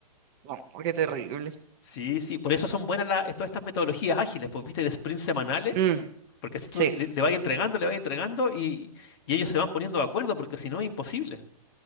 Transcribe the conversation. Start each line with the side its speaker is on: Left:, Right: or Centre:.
Right: No, qué terrible.
Left: Sí, sí, por eso son buenas las- todas estas metodologías ágiles, pues viste, de sprints semanales,
Right: Mm,
Left: porque así tú
Right: sí.
Left: le, le vas entregando, le vas entregando y, y ellos se van poniendo de acuerdo, porque si no es imposible.